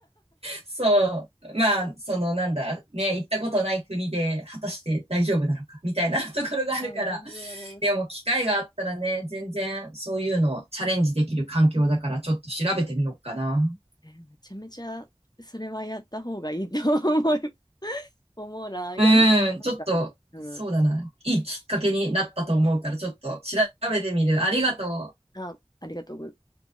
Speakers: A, on the right; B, on the left.
A: そう。まあ、そのなんだ、ね、行ったことない国で果たして大丈夫なのか、みたいな <laughs> ところがあるから。
B: あ、なるほど、
A: <laughs>
B: なるほど。
A: でも、機会があったらね、全然そういうのをチャレンジできる環境だから、ちょっと調べてみようかな。
B: えーめちゃめちゃ、それはやった方がいいと思う <laughs> 思うな。いや、
A: うん、
B: なんか、
A: ちょっと、
B: うん。
A: そうだな。いいきっかけになったと思うから、ちょっと調べてみる。ありがとう。
B: あ、ありがとうございます。